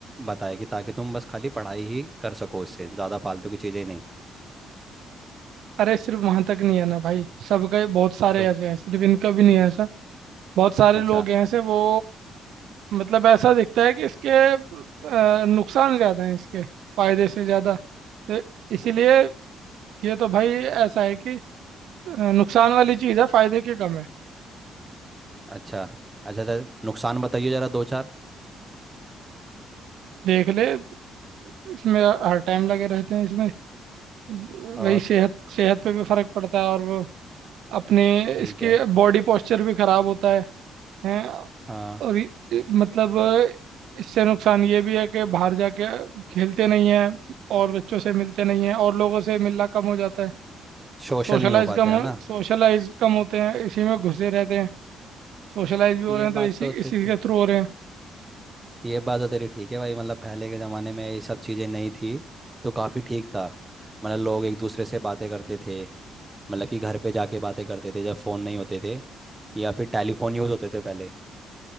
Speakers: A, on the right; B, on the right.
A: बताए कि ताकि तुम बस खाली पढ़ाई ही कर सको उससे ज़्यादा फालतू की चीज़ें नहीं
B: अरे सिर्फ वहां तक नहीं है ना भाई सबके बहुत सारे
A: तो
B: ऐसे हैं सिर्फ इनका भी नहीं है ऐसा बहुत सारे
A: अच्छा
B: लोग हैं ऐसे वो मतलब ऐसा दिखता है कि इसके अ, नुकसान ज़्यादा हैं इसके फायदे से ज़्यादा तो इसीलिए ये तो भाई ऐसा है कि अ, नुकसान वाली चीज़ है फायदे के कम है
A: अच्छा अच्छा अच्छा नुकसान बताइए जरा दो चार
B: देख ले इसमें हर टाइम लगे रहते हैं इसमें वही
A: और
B: सेहत सेहत पे भी फर्क पड़ता है और वो अपने
A: ठीक
B: इसके
A: है
B: बॉडी पोस्चर भी खराब होता है हैं
A: हाँ
B: और ये- ये- मतलब अ, इससे नुकसान ये भी है कि बाहर जाके खेलते नहीं हैं और बच्चों से मिलते नहीं हैं और लोगों से मिलना कम हो जाता है
A: सोशल
B: सोशलाइज
A: नहीं हो पाते
B: कम
A: है ना
B: सोशलाइज कम होते हैं इसी में घुसे रहते हैं सोशलाइज भी हो
A: ये
B: रहे हैं तो
A: बात
B: इसी
A: तो ते,
B: इसी
A: ते,
B: के थ्रू हो रहे हैं
A: ये बात तो तेरी ठीक है भाई मतलब पहले के ज़माने में ये सब चीज़ें नहीं थी तो काफ़ी ठीक था मतलब लोग एक दूसरे से बातें करते थे मतलब कि घर पे जाके बातें करते थे जब फ़ोन नहीं होते थे या फिर टेलीफोन यूज़ होते थे पहले